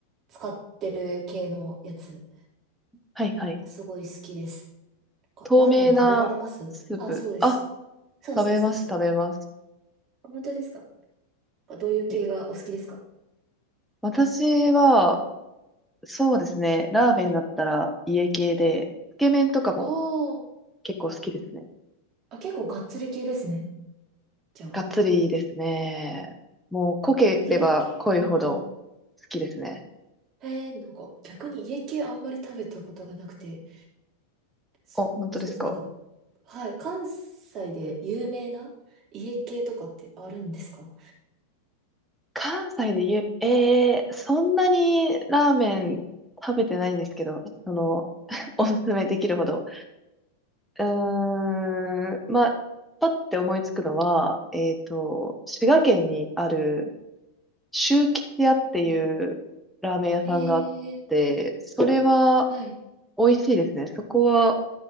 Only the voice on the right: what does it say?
使ってる系のやつ、
すごい好きです。なんかラーメン食べられますあ、
そうです。
そうそうそうそう。
本当ですかどういう系がお好きですか
あー
あ、結構がっつり系ですね。じゃあ。
え、家系うんうん。
えー、なんか逆に家系あんまり食べたことがなくて、そ、
そうです。なんか、はい、関西で有名な家系とかってあるんですか
うん。えー、
はい。